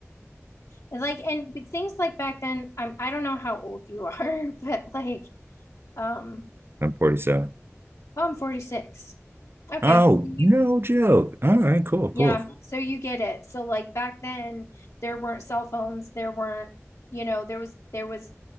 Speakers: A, on the left; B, on the right.
A: Like, and things like back then, I'm, I don't know how old you <laughs> are, but like, um,
B: I'm 47.
A: oh, I'm 46. Okay.
B: Oh,
A: So You,
B: no joke. All right, cool, cool.
A: yeah. So you get it. So like back then, there weren't cell phones. There weren't, you know, there was, there was,